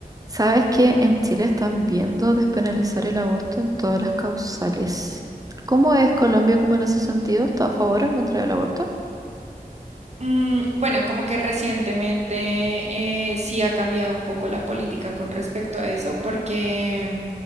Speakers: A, on the right (about 20°); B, on the right (about 45°).
A: ¿Sabes que en Chile están viendo despenalizar el aborto en todas las causales? ¿Cómo es Colombia como en ese sentido? ¿Está a favor o en contra del aborto?
B: Mm, bueno, como que recientemente eh, sí ha cambiado un poco la política con respecto a eso, porque,